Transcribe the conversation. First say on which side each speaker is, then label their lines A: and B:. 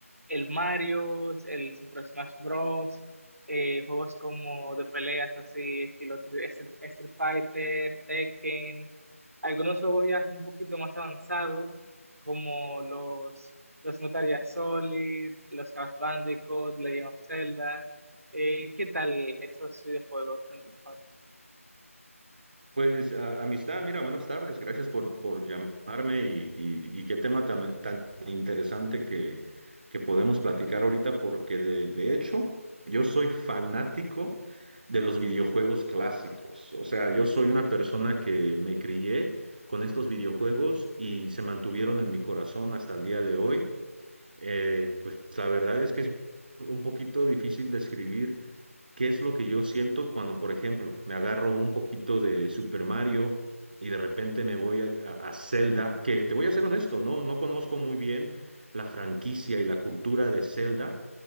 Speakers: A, on the right (about 70°); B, on the right (about 35°).
A: el Mario, el Super Smash Bros eh, juegos como de peleas así, estilo tri- Street Street Fighter, Tekken, algunos juegos ya un poquito más avanzados, como los, los Metal Gear Solid, los Crash Bandicoot, Legend of Zelda. Eh, ¿qué tal esos videojuegos en tu infancia?
B: Pues a- amistad, mira, buenas tardes, gracias por, por llamarme y, y- y qué tema tan, tan interesante que, que podemos platicar ahorita, porque de, de hecho yo soy fanático de los videojuegos clásicos, o sea, yo soy una persona que me crié con estos videojuegos y se mantuvieron en mi corazón hasta el día de hoy. Eh, pues la verdad es que es un poquito difícil describir ¿Qué es lo que yo siento cuando, por ejemplo, me agarro un poquito de Super Mario y de repente me voy a, a- a Zelda? Que te voy a ser honesto, no, no conozco muy bien la franquicia y la cultura de Zelda,